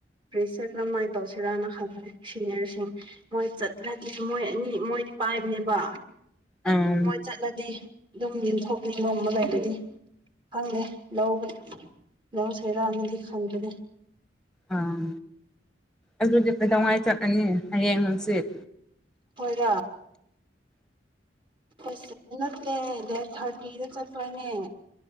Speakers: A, on the right (about 25°); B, in the centre.
A: ꯄ꯭ꯔꯦꯁꯔ ꯀꯔꯝꯍꯥꯏꯅ ꯇꯧꯁꯤꯔꯥꯅ ꯈꯜꯂꯦ ꯁꯤꯅꯤꯌꯔꯁꯤꯡ ꯃꯣꯏ ꯆꯠꯂ ꯃꯣꯏ ꯑꯅꯤ ꯃꯣꯏ ꯄꯥꯏꯕꯅꯦꯕ
B: ꯎꯝ
A: ꯃꯣꯏ ꯆꯠꯂꯗꯤ ꯑꯗꯨꯝ ꯌꯦꯟꯊꯣꯛꯅꯤ ꯅꯣꯡꯃ ꯂꯩꯕꯗꯤ ꯈꯪꯗꯦ ꯂꯧꯕ ꯂꯧ ꯁꯣꯏꯔꯛꯑꯅꯗꯤ ꯈꯪꯕꯅꯦ
B: ꯑꯥ ꯑꯗꯨꯗꯤ ꯀꯩꯗꯧꯉꯩ ꯆꯠꯂꯅꯤ ꯍꯌꯦꯡ ꯍꯪꯆꯠ
A: ꯒ ꯑꯁ ꯅꯠꯇꯦ ꯗꯦꯠ ꯊꯥꯔꯇꯤꯗ ꯆꯠꯄꯅꯦ